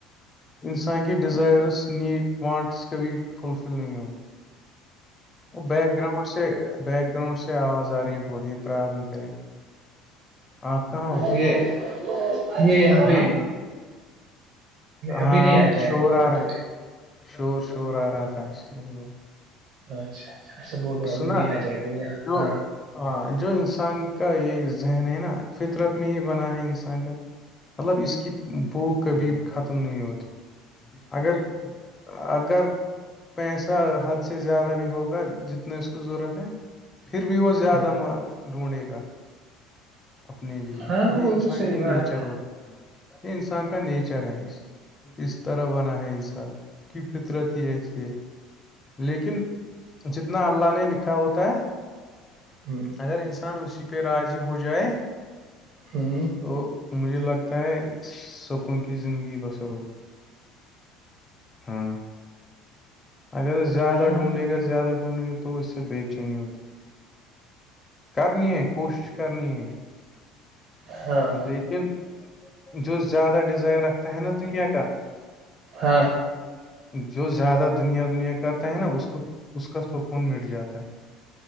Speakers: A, on the left (about 25°); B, on the right (about 60°).
A: انسان کے ڈیزائرس نیڈ وانٹس کبھی فلس نہیں ہوگی وہ بیک گراؤنڈ سے بیک گراؤنڈ سے آواز آ رہی ہے بہت یہ پرابلم کرے گا آپ کہاں ہو
B: یہ ارے ابھی
A: ہاں ہاں
B: ابھی نہیں
A: آپ
B: آ
A: کی
B: جائے
A: شور
B: گا
A: آ رہا
B: ابھی
A: ہے
B: تو ٹھیک
A: شور شور آ رہا تھا اس لیے وہ
B: اچھا اچھا اچھا بولو ابھی
A: سنا
B: نہیں آ جائے گا یہاں
A: جو
B: ہاں
A: ہاں جو انسان کا یہ ذہن ہے نا فطرت میں ہی بنا ہے انسان کا مطلب اس کی بھوک کبھی ختم نہیں ہوتی اگر اگر پیسہ حد سے زیادہ بھی ہوگا جتنا اس کو ضرورت ہے پھر بھی وہ زیادہ
B: ہ
A: مال ڈھونڈے گا اپنے لیے
B: ہاں
A: یہ
B: وہ
A: انسان
B: تو صحیح
A: کی
B: بات
A: نیچر ہوتی یہ انسان کا نیچر ہے اس طرح بنا ہے انسان کی فطرت ہی اسکیے لیکن جتنا اللہ نے لکھا ہوتا ہے
B: ہے
A: اگر انس ان اسی پہ راضی ہو جائے
B: ھم
A: تو مجھے لگتا ہے سکون کی زندگی بصرو ہاں اگر زیادہ
B: ہ
A: ڈھونڈے گا زیادہ ڈھونڈے گا تو اس سے بے چینی ہوتی ہے کرنی ہے کوشش کرنی ہے
B: ہاں
A: لیکن جو زیادہ ڈیزائر رکھتا ہے نا دنیا کا
B: ہاں
A: جو زیادہ دنیا دنیا کرتا ہے نا اس کو اس کا سکون مٹ جاتا ہے